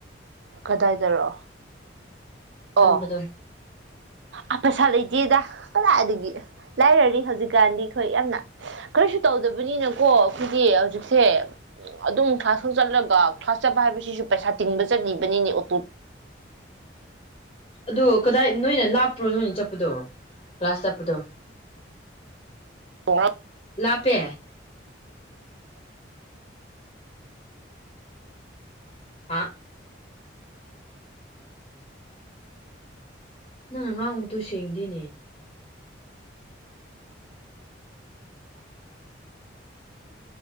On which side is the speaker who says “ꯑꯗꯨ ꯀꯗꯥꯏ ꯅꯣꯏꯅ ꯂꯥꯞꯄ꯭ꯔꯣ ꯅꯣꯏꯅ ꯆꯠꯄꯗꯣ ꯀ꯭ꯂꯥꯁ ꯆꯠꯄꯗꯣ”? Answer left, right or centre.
Left